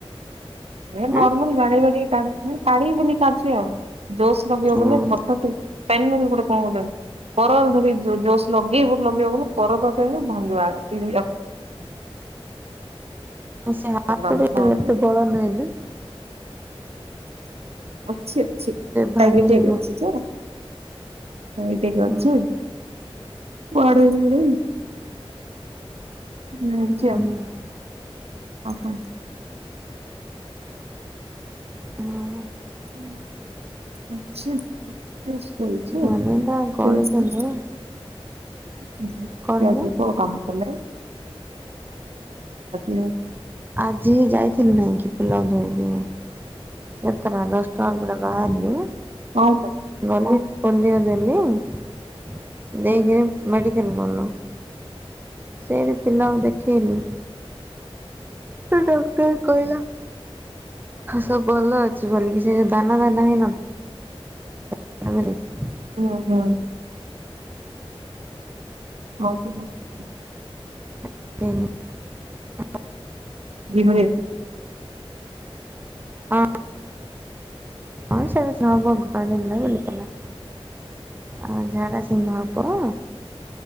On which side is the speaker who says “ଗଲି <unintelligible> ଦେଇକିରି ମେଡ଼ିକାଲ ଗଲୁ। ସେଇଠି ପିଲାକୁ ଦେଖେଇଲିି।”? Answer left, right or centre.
Right